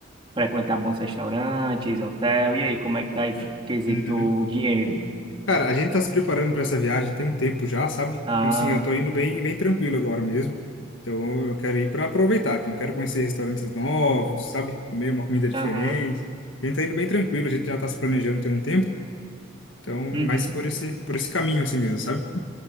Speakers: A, on the right (about 25°); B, on the left (about 80°).
A: frequentar bons restaurantes, hotel. E aí, como é que tá esse quesito
B: Uhum.
A: dinheiro?
B: Cara, a gente tá se preparando para essa viagem tem um tempo já, sabe?
A: Ah,
B: Então, assim, eu tô indo bem, bem tranquilo agora mesmo. Então, eu quero ir para aproveitar. Então, eu quero conhecer restaurantes novos, sabe? Comer uma comida diferente.
A: aham,
B: A gente tá indo bem tranquilo, a gente já tá se planejando tem um tempo. Então,
A: uhum.
B: mais por esse, por esse caminho assim mesmo, sabe?